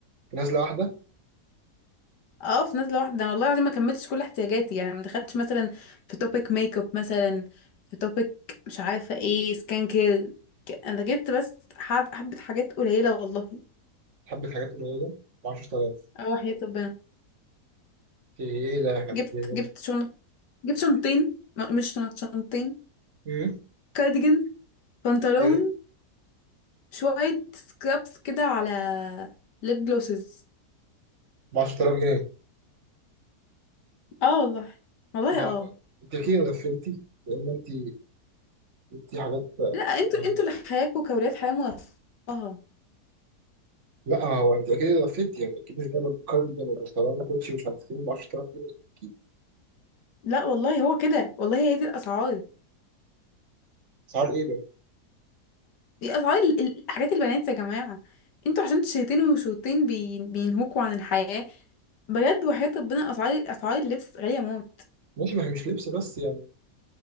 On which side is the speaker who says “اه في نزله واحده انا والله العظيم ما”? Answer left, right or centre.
Left